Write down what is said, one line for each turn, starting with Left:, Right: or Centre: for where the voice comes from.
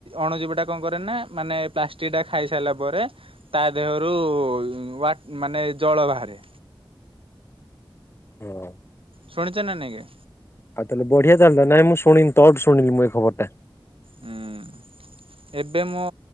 Right: ଅଣୁଜୀବଟା କଣ କରେନା ମାନେ ପ୍ଲାଷ୍ଟିକ ଟା ଖାଇ ସାରିଲା ପରେ ତା ଦେହରୁ ୱା ମାନେ ଜଳ ବାହାରେ।
Left: ହୁଁ
Right: ଶୁଣିଚନା ନାଇଁ
Left: ଆଉ ତାହେଲେ ବଢିଆ ତାହେଲେ ନାଇଁ ମୁଁ ଶୁଣିନି ତୋଠୁ ଶୁଣିଲି ମୁଁ ଏଇ ଖବର ଟା।
Right: ହୁଁ ଏବେ ମୁଁ